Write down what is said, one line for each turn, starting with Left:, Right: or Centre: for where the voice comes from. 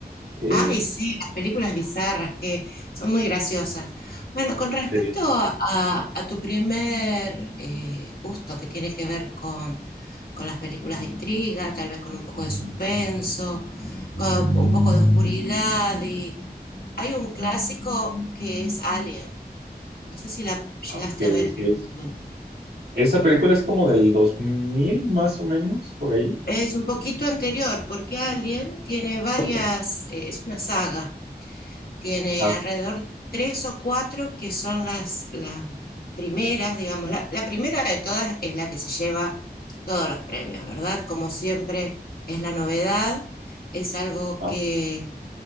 Right: Eh,
Left: Ay, sí, las películas bizarras que son muy graciosas. Bueno, con respecto
Right: sí,
Left: a, a tu primer eh, gusto que tiene que ver con, con las películas de intriga, tal vez con un poco de suspenso, con un poco de oscuridad, y hay un clásico que es Alien. No sé si la llegaste
Right: ah, ok,
Left: a ver
Right: ok.
Left: en algún momento.
Right: Esa película es como del 2000 más o menos, por ahí.
Left: Es un poquito anterior, porque Alien tiene varias, eh, es una saga. Tiene
Right: Ajá,
Left: alrededor de tres o cuatro que son las, las primeras, digamos. La, la primera de todas es la que se lleva todos los premios, ¿verdad? Como siempre es la novedad, es algo
Right: ajá.
Left: que,